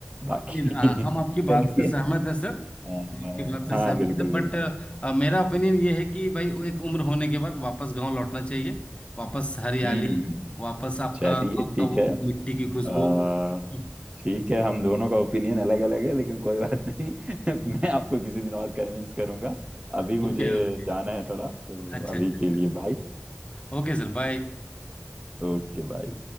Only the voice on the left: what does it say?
जी, हाँ, हम
आपकी बात
से सहमत है सर
हम आपकी बात से
सहमत
है बट
मेरा ओपिनियन ये है कि भाई वो एक उम्र होने के बाद वापस गांव लौटना चाहिए वापस हरियाली
वापस आपका
गांव
का वो
मिट्टी की खुशबू
<laughs>
Okay okay
अच्छा
अच्छा
अच्छा
Okay sir bye